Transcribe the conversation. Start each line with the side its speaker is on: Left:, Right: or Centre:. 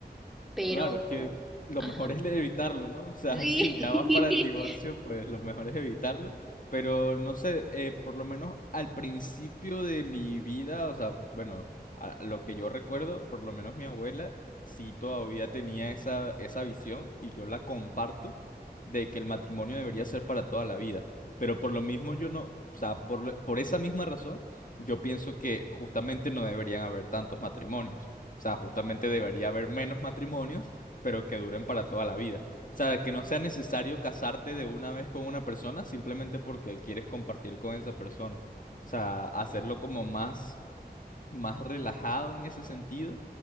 Centre: pero...
Left: Claro, es que lo
Centre: Ajá.
Left: mejor es evitarlo, ¿no? O sea,
Centre: Sí,
Left: <laughs> si ya vas para el divorcio,
Centre: <laughs>
Left: pues lo mejor es evitarlo. Pero no sé, eh, por lo menos al principio de mi vida, o sea, bueno, a lo que yo recuerdo, por lo menos mi abuela sí todavía tenía esa, esa visión y yo la comparto de que el matrimonio debería ser para toda la vida. Pero por lo mismo yo no, o sea, por, lo- por esa misma razón, yo pienso que justamente no deberían haber tantos matrimonios. O sea, justamente debería haber menos matrimonios, pero que duren para toda la vida. O sea, que no sea necesario casarte de una vez con una persona simplemente porque quieres compartir con esa persona. O sea, hacerlo como más, más relajado en ese sentido,